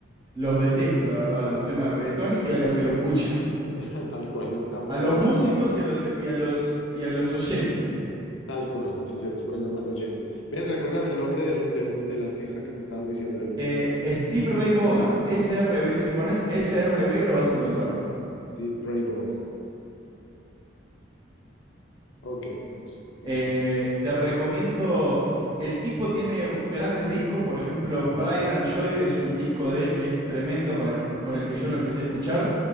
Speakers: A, on the right (about 25°); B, on the left (about 80°).
A: Los detesto, la verdad, los temas de reggaetón y a los que lo escuchan. <laughs>
B: <laughs> tal cual, estamos
A: A los
B: en la
A: músicos
B: misma onda.
A: y a los, y a los, y a los oyentes.
B: Tal cual, si se les puede llamar oyentes. Ven, recuérdame el nombre del, del- del artista que me estabas diciendo, el
A: Eh,
B: guitarrista.
A: Steve Ray Vaughan, S R SRB, si pones S R SRB lo vas a encontrar.
B: Steve Ray Vaughan. Ok, mus- guitarrista.
A: Eh, te recomiendo, el tipo tiene grandes discos, por ejemplo, Pride and Joy es un disco de él que es tremendo con el, con el que yo lo empecé a escuchar,